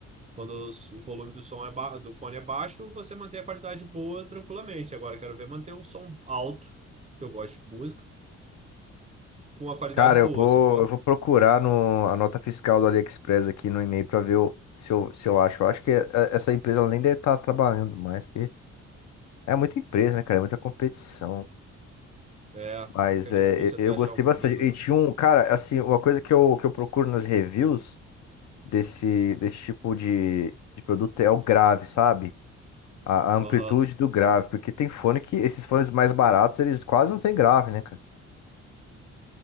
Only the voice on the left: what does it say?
Cara,
eu vou,
eu vou procurar no, a nota fiscal do AliExpress aqui no e-mail para ver o- se eu, se eu acho. Eu acho que é- é- essa empresa ela nem deve estar trabalhando mais, que é muita empresa, né, cara? É muita competição.
Mas
é,
eu, eu
gostei
bastante. E tinha um, cara, assim, uma coisa que eu, que eu procuro nas reviews desse, desse tipo de, de produto é o grave, sabe? A, a amplitude
do grave. Porque tem fone que, esses fones mais baratos, eles quase não têm grave, né, cara?